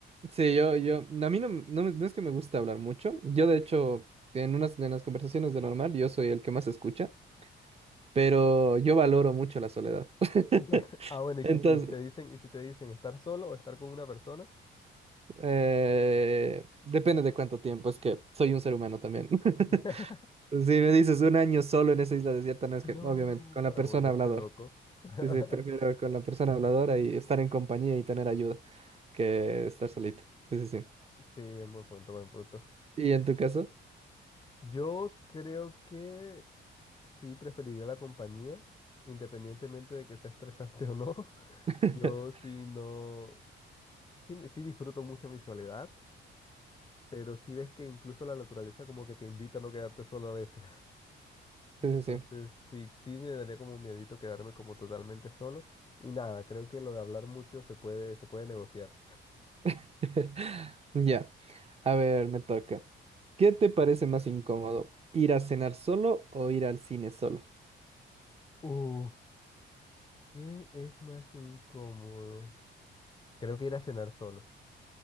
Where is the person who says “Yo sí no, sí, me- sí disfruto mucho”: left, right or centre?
Left